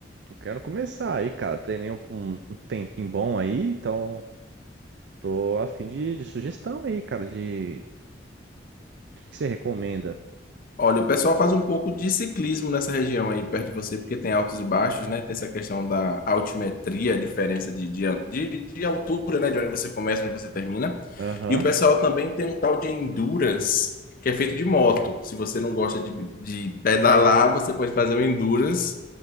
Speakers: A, on the right; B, on the left.
A: Eu quero começar aí, cara. Treinei um, um um tempinho bom aí, então tô a fim de, de sugestão aí, cara, de o que que você recomenda?
B: Olha, o pessoal faz um pouco de ciclismo nessa região aí perto de você, porque tem altos e baixos, né? Tem essa questão da altimetria, a diferença de, de, de, de altura, né? De onde você começa, onde você termina.
A: Aham.
B: E o pessoal também tem um tal de endurance, que é feito de moto. Se você não gosta de, de pedalar, você pode fazer o endurance,